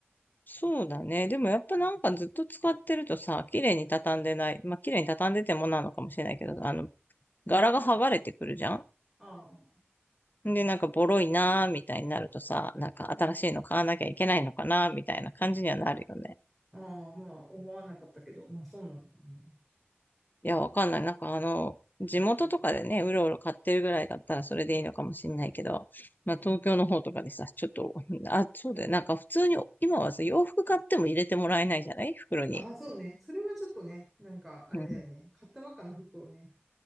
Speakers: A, on the left; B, in the centre.
A: そうだね。でもやっぱなんかずっと使ってるとさ、綺麗に畳んでない。まあ綺麗に畳んでてもなのかもしれないけど、あの、柄が剥がれてくるじゃん
B: ああ、
A: で、なんかボロいなーみたいになるとさ、なんか新しいの買わなきゃいけないのかなーみたいな感じにはなるよね。
B: うん。ああ、まあ思わなかったけど、まあそうなのかもね。
A: いや、わかんない。なんかあの、地元とかでね、うろうろ買ってるぐらいだったらそれでいいのかもしれないけど、まあ東京の方とかでさ、
B: うん。
A: ちょっと、あ、そうだよ。なんか普通に、今はさ、洋服買っても入れてもらえないじゃない袋に。
B: ああ、そうね。それはちょっとね、なんかあれだよね。
A: うん。
B: 買ったばっかの服をね、